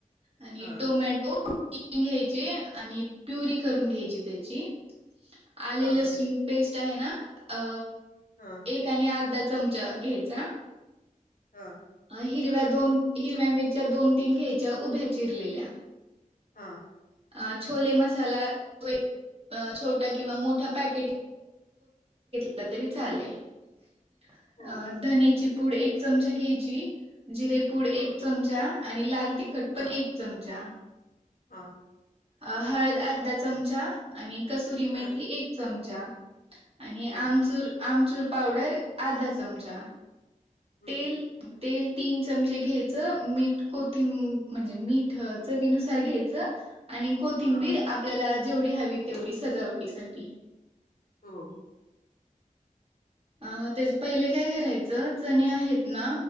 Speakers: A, on the right (about 45°); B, on the left (about 85°).
A: आणि
B: हा
A: टोमॅटो घ्यायचे आणि प्युरी करून घ्यायची त्याची आले
B: हा
A: लसून
B: हा
A: पेस्ट आहे ना अ
B: हा
A: एक आणि अर्धा चमचा घ्यायचा
B: हा
A: हिरव्या दोन हिरव्या मिरच्या दोन तीन घ्यायच्या उभ्या चिरलेल्या
B: हा
A: अ छोले मसाला तो एक छोटा किंवा मोठा पॅकेट घेतल तरी चालेल अ..
B: हो
A: धनेची पुड एक चमचा घ्यायची जिरेपुड
B: हा
A: एक चमचा आणि लाल तिखट
B: हा
A: पण एक चमचा
B: हा
A: अ हळद अर्धा चमचा आणि कस्तुरी
B: हा
A: मेथी एक चमचा आणि
B: हो
A: आमचूर आमचूर पावडर अर्धा चमचा
B: हम्म
A: तेल तेल तीन चमचे घ्यायचं मीठ कोथिंब म्हणजे मीठ चवीनुसार घ्यायचं आणि कोथिंबीर
B: हा
A: आपल्याला जेवढी हवी तेवढी सजावटीसाठी
B: हो
A: अ त्याच पहिले काय करायचं चणे आहेत ना